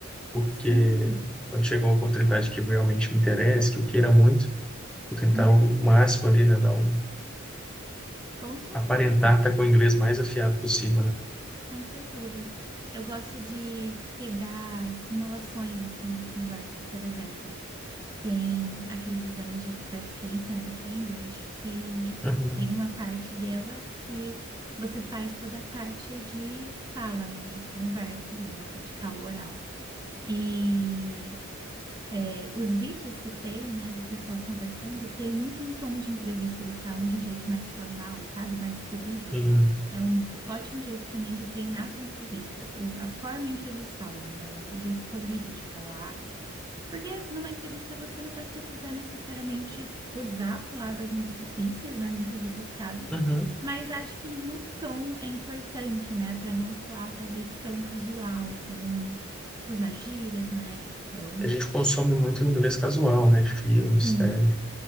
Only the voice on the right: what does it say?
Sim.
Uhum.
Com certeza.
Com certeza. Eu gosto de pegar simulações assim de conversa, por exemplo. Tem aqueles exames de proficiência, né, do Cambridge, que
tem uma parte delas que você faz toda a parte de fala, né, de conversa ali, né, praticar o oral. E é, os vídeos que tem, né, do pessoal conversando, tem muito um tom de entrevista, eles falam de um jeito mais formal, sabe, mais polido.
É um ótimo jeito também de treinar para entrevista, o, a forma em que eles falam, né, o o jeito polido de falar porque numa entrevista você não vai precisar necessariamente usar palavras muito difíceis, né, muito rebuscadas,
mas acho que no tom é importante, né, para não soar talvez tão casual, para não usar gírias, né? Então,
sim,